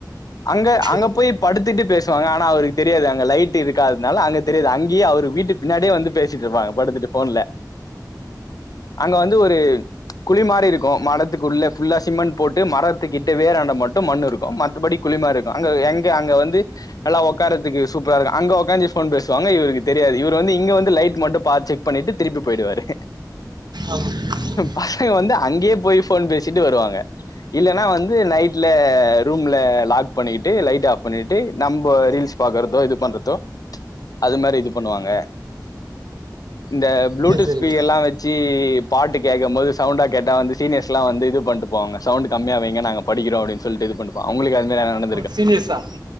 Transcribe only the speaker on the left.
அங்க
அங்க போய் படுத்துட்டு பேசுவாங்க ஆனா அவருக்கு தெரியாது அங்க லைட்டு இருக்காதனால அங்க தெரியாது அங்கயே அவர் வீட்டு பின்னாடியே வந்து பே சிட்ருப்பாங்க படுத்துட்டு ஃபோன்ல அங்க வந்து ஒரு குழி மாரி இருக்கோ மரத்துக்கு உள்ள ஃபுல்லா சிமெண்ட் போட்டு மரத்துக்கிட் வேராண்ட மட்டு மண்ணு இருக்கோ மத்தபடி குழிமாருக்கோ அங்க எங்க அங்க வந்து எல்லா ஒக்காரத்துக்கு சூப்பரா இருக்கோ அங்க ஒக்காஞ்சி ஃபோன் பேசுவாங்க இவருக்கு தெரியாது இவரு வந்து இங்க வந்து லைட் மட்டு பாத் செக் பண்ணிட்டு திருப்பி போயிடுவாரு
பசங்க வந்து அங்கேயே போயி ஃபோன் பேசிட்டு வருவாங்க இல்லன்னா வந் து நைட்ல ரூம்ல லாக் பண்ணிட்டு லைட் ஆப் பண்ணிட்டு நம்ம ரீல்ஸ் பாக்றதோ இது பண்றதோ அது மாரி இது பண்ணுவாங்க இந்த ப்ளூடூத்
ஸ்பீ
எல்லா வச் சி பாட்டு கேட்க போது சவுண்டா கேட்டா வந்து சீனியர்ஸ்லா வந்து இது பண்ட்டு போவாங்க சவுண்டு் கம்மியா வைங்க நாங்க படிக்கிறோ அப்படின்னு சொல்ட்டு இது பண்ணுவோ அவுங்ளுக்கு அந்த <unintelligible>